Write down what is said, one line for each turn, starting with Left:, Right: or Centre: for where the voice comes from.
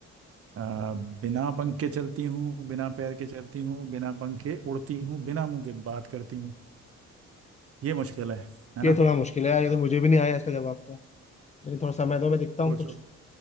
Right: आ, बिना पंख के चलती हूँ बिना पैर के चलती हूँ बिना पंख के उड़ती हूँ बिना मुंह के बात करती हूँ ये मुश्किल है है
Left: ये
Right: ना
Left: थोड़ा मुश्किल है यार ये तो मुझे भी नहीं आया इसका जवाब तो लेकिन थोड़ा समय दो मैं देखता हूँ
Right: सोचो
Left: कुछ